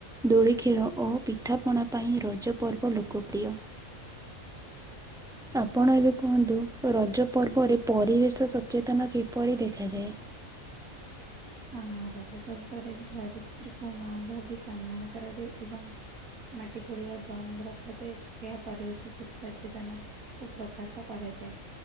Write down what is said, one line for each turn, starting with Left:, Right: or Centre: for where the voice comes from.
Centre: ଦୋଳି ଖେଳ ଓ ପିଠାପଣା ପାଇଁ ରଜ ପର୍ବ ଲୋକପ୍ରିୟ।
Right: ହୁଁ।
Centre: ଆପଣ ଏବେ କୁହନ୍ତୁ ରଜ ପର୍ବରେ ପରିବେଶ ସଚେତନ କେବେ। ପରି ଦେଖାଯାଏ।
Right: ହଁ ରଜ ପର୍ବରେ ଧରିତ୍ରୀକୁ ମା ଭାବି ସମ୍ମାନ କରାଯାଏ, ଏବଂ ମାଟି ଖୋଳିବା ବନ୍ଦ ରଖାଯାଏ, ଏହା ପରିବେଶ ପ୍ରତି ସଚେତନ କୁ ପ୍ରକାଶ କରାଯାଏ,